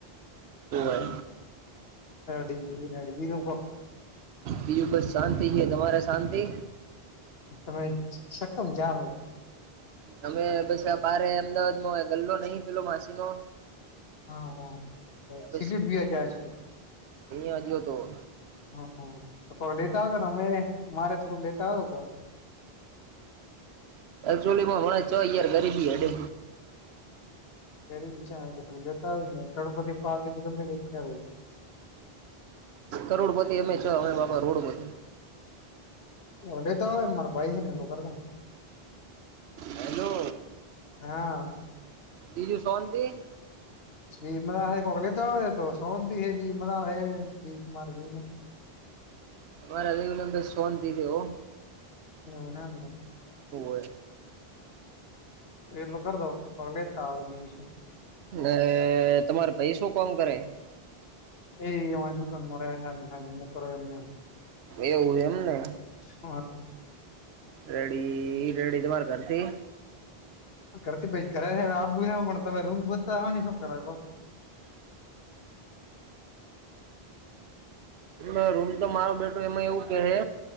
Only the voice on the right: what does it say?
ઓર
બીું બસ શાંતિ છે તમારે શાંતિ
અમે બસ આ ભારે અમદાવાદમાં ગલ્લો નહી પેલો માસી નો
અહિયાં
જ હતો
એચોલી માં મને છ યાર ગરીબી હડે
કરોડપતિ અમે છો અમે બાપા રોડપતિ
હેલો
બીજું સોંતી
અરા હ નબર શોંતિ છે એવો
હોવે
ને તમારે ભાઈ શું કામ કરે?
એવું છે એમને
રેડી રેડી તમારે ઘરતી
ના રૂમ તો મારો બેટો એમાં એવું કેહે